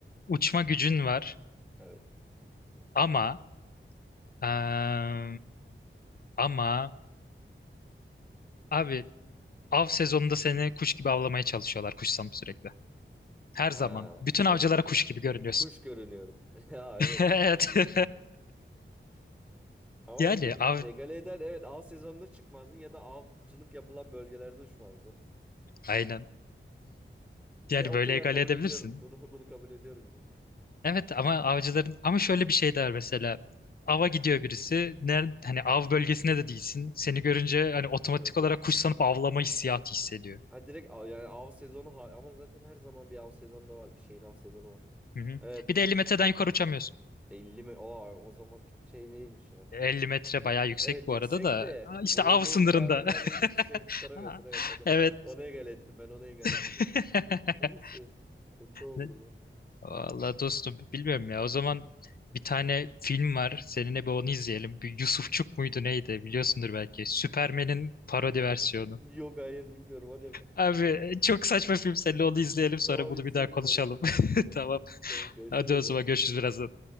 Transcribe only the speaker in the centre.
evet.
Ha,
her
zaman kuş.
Kuş görünüyorum. <laughs> Ya
evet bu kötüymüş.
Ama
bunu
egale eder. Evet av sezonunda çıkmazdın ya da avcılık yapılan bölgelerde uçmazdın.
Yine
okey
ya
kabul
ediyorum. Bunu <laughs> bunu kabul ediyorum yine.
Öldürü.
Ha direkt av, yani av sezonu ha- ama zaten her zaman bir av sezonu da var. Bir şeyin av sezonu var.
Evet bu
50 mi? Aa, o zaman çok şey değilmiş ya.
Evet
yüksek
de vurulma
imkanını hani
dışarı çıkaramıyorsun.
Evet onu,
onu egale ettim ben onu egale etmeyecektim.
Neyse. Kötü oldu
bu.
Yok hayır bilmiyorum anime.
Tamam
izleyelim
valla merak ettim
şu an.
Tamam görüşürüz
o
zaman.